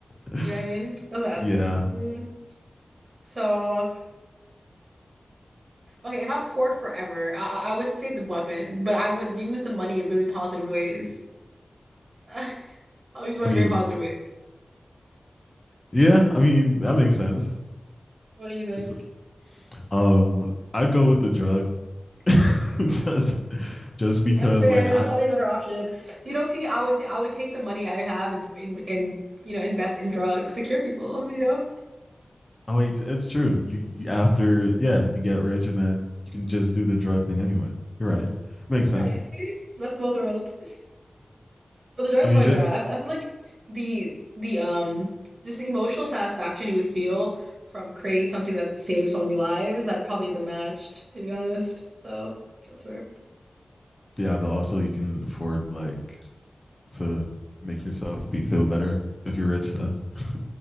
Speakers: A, on the left (about 30°); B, on the right (about 65°).
A: <laughs>
B: You know what I mean? That's that.
A: yeah,
B: Mm, so. Okay, if I'm poor forever, I I I would say the weapon, but I would use the money in really positive ways. <laughs> I'll use money
A: I mean,
B: in very positive ways.
A: yeah, I mean that makes sense.
B: What do you think?
A: It's, um, I'd go with the drug <laughs> just just because
B: That's fair.
A: like I
B: That's probably a better option. You know, see, I would I would take the money I have and and, and you know invest in drugs to cure people. <laughs> You know,
A: Oh wait, it's true. You, you- after yeah, you get rich and then you can just do the drug thing anyway. You're right. Makes sense.
B: right? See, best of both worlds. But the drugs
A: I mean,
B: probably
A: ju-
B: better. I, I feel like the the um just the emotional satisfaction you would feel from creating something that saves so many lives that probably isn't matched, to be honest. So that's fair.
A: yeah, but also you can afford like to make yourself be feel better if you're rich. So <laughs>